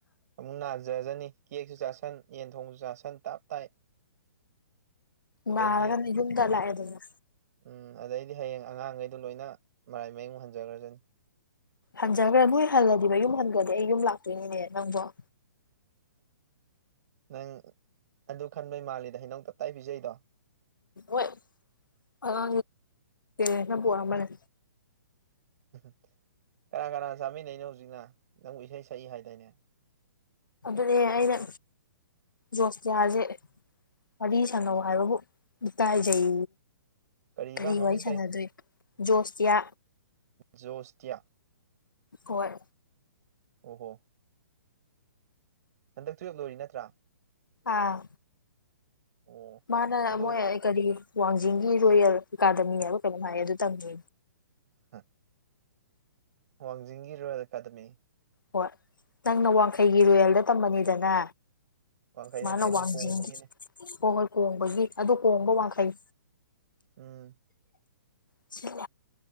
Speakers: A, on the right; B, on the left.
A: ꯑꯃꯨꯛ ꯅꯥꯖꯖꯅꯤ ꯀꯦꯛꯁꯨ ꯆꯥꯁꯟ ꯌꯦꯟꯊꯣꯡꯁꯨ ꯆꯥꯁꯟ ꯇꯥꯞ ꯇꯥꯏ ꯑꯗꯩꯗꯤ
B: ꯒꯅꯤ ꯌꯨꯝ ꯇꯂꯥꯛꯑꯦ ꯑꯗꯨꯅ
A: ꯎꯝ ꯑꯗꯩꯗꯤ ꯍꯌꯦꯡ ꯑꯉꯥꯡꯈꯩꯗ ꯂꯣꯏꯅ ꯃꯔꯥꯏ ꯃꯌꯤꯡ ꯃꯨ ꯍꯟꯖꯈ꯭ꯔꯖꯅꯤ
B: ꯍꯟꯖꯈ꯭ꯔꯦ ꯃꯣꯏ ꯍꯜꯂꯗꯤꯕ ꯌꯨꯝ ꯍꯟꯈ꯭ꯔꯗꯤ ꯑꯩ ꯌꯨꯝ ꯂꯥꯛꯇꯣꯏꯅꯤꯅꯦ ꯅꯪꯗꯣ
A: ꯅꯪ ꯑꯗꯨ ꯈꯟꯕꯩ ꯃꯥꯜꯂꯤꯗ ꯍꯩꯅꯧ ꯇꯞꯇꯥꯏ ꯄꯤꯖꯩꯗꯣ
B: ꯎ ꯍ ꯑꯅ ꯄꯝꯕꯅꯦ
A: <inaudible> ꯀꯅꯥ ꯀꯅꯥ ꯆꯥꯃꯤꯟꯅꯩꯅꯣ ꯍꯧꯖꯤꯛꯅ ꯅꯪꯕꯨ ꯏꯁꯩ ꯁꯛꯏ ꯍꯥꯏꯗꯅꯦ
B: ꯑꯗꯨꯗꯅꯦꯦ ꯑꯩꯅ ꯖꯣꯁꯀꯤꯌꯥꯁꯦ ꯋꯥꯔꯤ ꯁꯥꯟꯅꯧ ꯍꯥꯏꯕꯕꯨ ꯀꯥꯏꯖꯩ
A: ꯀꯔꯤꯕ
B: ꯀꯔꯤ
A: ꯃꯃꯤꯡ
B: ꯋꯥꯔꯤ ꯁꯥꯟꯅꯗꯣꯏ
A: ꯀꯩ
B: ꯖꯣꯁꯇꯤꯌꯥ
A: ꯖꯣꯁꯇꯌꯥ
B: ꯍꯣꯏ
A: ꯑꯣ ꯍꯣ ꯍꯟꯗꯛ ꯇꯨꯌꯦꯞ ꯂꯣꯏꯔꯤ ꯅꯠꯇ꯭ꯔꯥ
B: ꯑꯥ
A: ꯑꯣ
B: ꯃꯥꯅ ꯂꯃꯣ
A: ꯑꯗꯣ
B: ꯌꯥ ꯀꯔꯤ ꯋꯥꯡꯖꯤꯡꯒꯤ ꯔꯣꯌꯦꯜ ꯑꯦꯀꯥꯗꯃꯤ ꯍꯥꯏꯕ ꯀꯩꯅꯣ ꯍꯥꯏꯌꯦ ꯑꯗꯨ ꯇꯪꯉ
A: ꯍꯥ ꯋꯥꯡꯖꯤꯡꯒꯤ ꯔꯣꯌꯦꯜ ꯑꯦꯀꯥꯗꯃꯤ
B: ꯍꯣꯏ ꯅꯪꯅ ꯋꯥꯡꯈꯩꯒꯤ ꯔꯨꯌꯦꯜꯗ ꯇꯃꯅꯤꯗꯅꯦ
A: ꯋꯥꯡꯈꯩ
B: ꯃꯥꯅ
A: ꯅꯠꯇꯦ ꯑꯩꯈꯣꯏ
B: ꯋꯥꯡꯖꯤꯡꯒꯤ
A: ꯀꯣꯡꯕꯒꯤꯅꯦ
B: ꯍꯣꯏ ꯍꯣꯏ ꯀꯣꯡꯕꯒꯤ ꯑꯗꯨ ꯀꯣꯡꯕ ꯋꯥꯡꯈꯩ
A: ꯎꯝ
B: ꯁꯤ